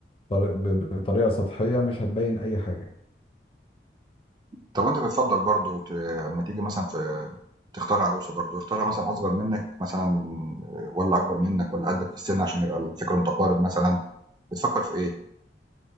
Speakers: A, on the left; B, on the right.
A: طري- ب- بطريقة سطحية مش هتبين اي حاجة
B: طَب وأنت بتفضّل برضه ت أمّا تيجي مثلًا في تختار عروسة برضه، يختارها مثلًا أصغر منّك مثلًا والّا أكبر منّك والّا قدّك في السِن عشان يبقى الفِكر متقارب مثلًا، بتفكّر في إيه؟